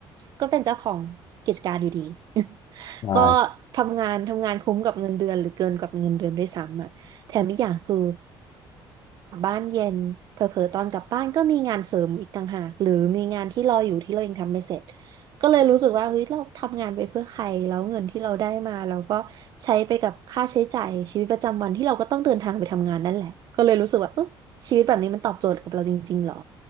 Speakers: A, on the right (about 50°); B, on the left (about 50°).
A: ก็เป็นเจ้าของกิจการอยู่ดี <laughs>
B: ใช่
A: ก็ทำงานทำงานคุ้มกับเงินเดือนหรือเกินกับเงินเดือนด้วยซ้ำอ่ะแถมอีกอย่างคือ กลับบ้านเย็นเผลอๆตอนกลับบ้านก็มีงานเสริมอีกต่างหากหรือมีงานที่รออยู่ที่เรายังทำไม่เสร็จก็เลยรู้สึกว่าเฮ้ยเราทำงานไปเพื่อใครแล้วเงินที่เราได้มาเราก็ใช้ไปกับค่าใช้จ่ายชีวิตประจำวันที่เราก็ต้องเดินทางไปทำงานนั่นแหละก็เลยรู้สึกว่าเออชีวิตแบบนี้มันตอบโจทย์กับเราจริงๆหรอ